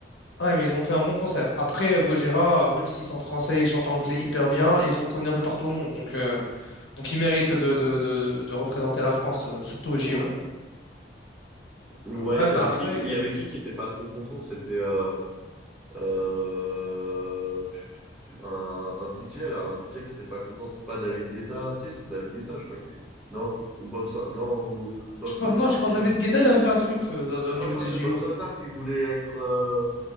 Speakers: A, on the left; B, in the centre.
A: Ouais, mais ils ont fait un bon concert. Après, euh, Gojira, euh, même s'ils sont français, ils chantent anglais hyper bien et ils sont connus un peu partout au monde. Donc, euh, donc ils méritent de, de, de, de représenter la France, euh, surtout aux JO.
B: Ouais. Ouais,
A: Ouais,
B: il y
A: mais
B: avait
A: après,
B: qui, qui- il y avait qui qui était pas trop content? C'était euh, euh, tu- tu- tu- un, un DJ, là. Un DJ qui était pas content. C'était pas David Guetta. Si, c'était David Guetta, je crois. Qui... Non? Ou Bob Sinclair. Non, ou Bob
A: je
B: Sinclair
A: pense, non, je pense
B: qui...
A: que David Guetta, il avait fait un truc euh, dans- dans-
B: Non,
A: au niveau
B: je crois
A: des
B: que c'est
A: JO.
B: Bob Sinclair qui voulait être... euh,